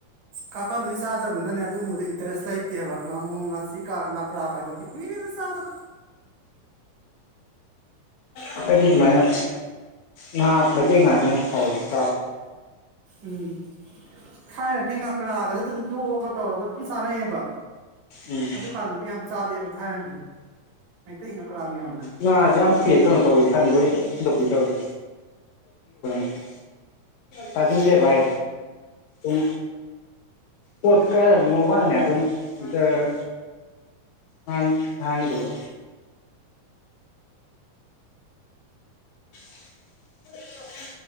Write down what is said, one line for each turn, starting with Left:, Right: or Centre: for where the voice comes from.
Right: ꯀꯥꯀꯥꯂꯨ ꯆꯥꯗꯕꯅꯤꯅꯅꯦ ꯑꯗꯨꯒꯨꯝꯕꯗꯨ ꯏꯟ ꯟꯇꯔꯦꯁ ꯂꯩꯇꯦꯕ ꯉꯥꯃꯨ ꯉꯥꯆꯤꯀꯥ ꯉꯥꯀ꯭ꯔꯥꯒꯥꯏꯗꯨꯗꯤ ꯀꯨꯏꯔꯦꯗ ꯆꯥꯗꯕ
Left: ꯑꯩꯈꯣꯏꯗꯤ ꯁꯨꯃꯥꯏꯅ ꯉꯥ ꯃꯩꯇꯩ ꯉꯥꯁꯤꯅ ꯍꯥꯎꯏ ꯆꯥꯕ
Right: ꯎꯝ ꯊꯥꯏꯅꯗꯤ ꯉꯀ꯭ꯔꯥꯒꯁ ꯑꯗꯨꯝ ꯌꯣꯛꯑꯒ ꯇꯧꯔꯒ ꯑꯗꯨꯝ ꯆꯥꯅꯩꯌꯦꯕ
Left: ꯎꯝ
Right: ꯑꯗꯨꯀꯥꯟꯗꯗꯤ ꯌꯥꯝ ꯆꯥꯔꯛꯑꯦꯕ ꯊꯥꯏꯅꯗꯤ ꯃꯩꯇꯩ ꯉꯛꯀ꯭ꯔꯥ ꯃꯌꯥꯝꯗꯨ
Left: ꯉꯥꯁꯤ ꯌꯥꯝ ꯊꯤꯌ‌ꯦ ꯀꯩꯅ‌ꯣ ꯇꯧꯋꯤ ꯀꯟꯕ‌ꯣꯏ <unintelligible> ꯇꯥꯖꯤꯟꯗꯦ ꯚꯥꯏ ꯎꯝ ꯄꯣꯠ ꯀꯛꯑꯒ ꯉꯧꯕ ꯀꯟ ꯑꯗꯨꯝ ꯖꯔ ꯉꯥꯡ ꯉꯥꯡꯍꯟꯗꯧꯕ <inaudible>